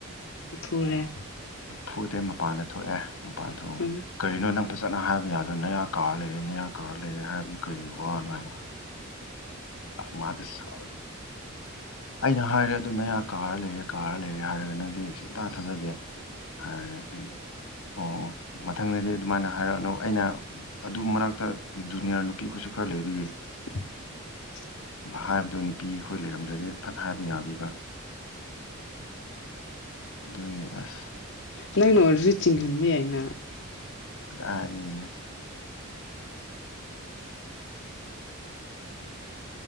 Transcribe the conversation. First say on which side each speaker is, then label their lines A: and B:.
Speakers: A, on the left (about 65°); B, on the left (about 85°).
A: ꯐꯨꯔꯦ
B: ꯐꯨꯗꯦ ꯃꯄꯥꯟꯗ ꯊꯣꯛꯑꯦ ꯃꯄꯥꯟ ꯊꯣꯛ
A: ꯎꯝ
B: ꯀꯔꯤꯅꯣ ꯅꯪ ꯐꯖꯅ ꯍꯥꯏꯕ ꯌꯥꯗꯣ ꯅꯌꯥ ꯀꯥꯔ ꯂꯩꯔꯦ ꯅꯌꯥ ꯀꯥꯔ ꯂꯩꯔꯦ ꯍꯥꯏꯕꯗꯨ ꯀꯔꯤ ꯋꯥꯅꯣ ꯍꯥꯏꯣ ꯃꯥꯗꯁꯨ ꯁ ꯑꯩꯅ ꯍꯥꯏꯔꯦ ꯑꯗꯨꯅ ꯀꯥꯔ ꯂꯩꯔꯦ ꯀꯥꯔ ꯂꯩꯔꯦ ꯍꯥꯏꯔꯒ ꯅꯪ ꯁꯨꯡ ꯊꯥꯖꯗꯦ ꯍꯥꯏꯔꯦ ꯑꯗꯨ ꯑꯣ ꯑꯣ ꯃꯊꯪꯗꯗꯤ ꯑꯗꯨꯃꯥꯏꯅ ꯍꯥꯏꯔꯛꯑꯅꯨ ꯑꯩꯅ ꯑꯗꯨ ꯃꯅꯥꯛꯇ ꯗꯨꯅꯤꯌꯥꯔ ꯅꯨꯄꯤꯈꯣꯏꯁꯨ ꯈꯔ ꯂꯩꯕꯒꯤ
A: <inaudible>
B: ꯍꯥꯏꯕꯗꯣ ꯅꯨꯄꯤ ꯑꯩꯈꯣꯏ ꯂꯩꯔꯝꯗ꯭ꯔꯗꯤꯦ ꯐꯠꯇ ꯍꯥꯏꯕ ꯌꯥꯕꯤꯕ ꯑꯗꯨꯒꯤ ꯑꯁ
A: ꯅꯪꯅ ꯔꯨꯇꯤꯡ ꯈꯕ ꯌꯥꯅ
B: ꯑꯅꯤ